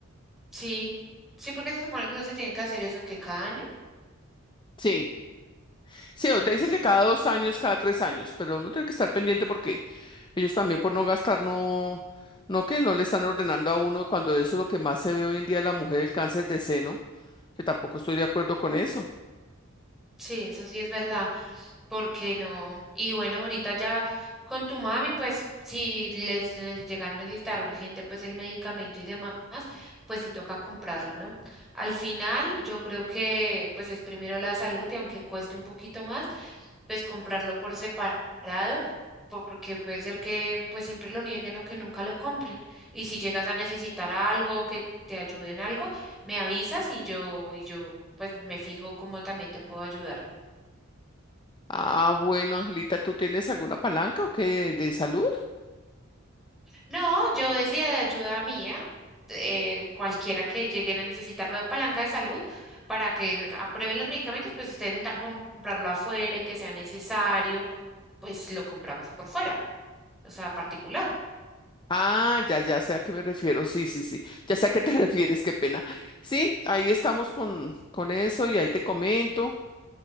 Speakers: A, in the centre; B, on the left (about 20°).
A: Sí, sí, porque se supone que uno se tiene que hacer eso que cada año,
B: Sí. Sí, o
A: por
B: te dicen
A: eso.
B: que cada dos años, cada tres años, pero uno tiene que estar pendiente porque ellos también por no gastar, no, no que no le están ordenando a uno cuando eso es lo que más se ve hoy en día de la mujer, el cáncer de seno, que tampoco estoy de acuerdo con eso.
A: Sí, eso sí es verdad. ¿Por qué no? Y bueno, ahorita ya con tu mami, pues si les, les llegan a necesitar urgente pues el medicamento y demás, pues sí toca comprarlo, ¿no? Al final, yo creo que pues es primero la salud y aunque cueste un poquito más, pues comprarlo por separado, porque puede ser que pues siempre lo nieguen o que nunca lo compren. Y si llegas a necesitar algo, que te ayude en algo, me avisas y yo, y yo pues me fijo cómo también te puedo ayudar.
B: Ah, bueno, Angelita, ¿tú tienes alguna palanca o qué de salud?
A: No, yo decía de ayuda mía, eh, cualquiera que lleguen a necesitarnos de palanca de salud para que aprueben los medicamentos, pues ustedes intentan comprarlo afuera y que sea necesario, pues lo compramos por fuera, o sea, particular.
B: Ah, ya, ya sé a qué me refiero. Sí, sí, sí. Ya sé a qué te <laughs> refieres, qué pena. Sí, ahí estamos con, con eso y ahí te comento.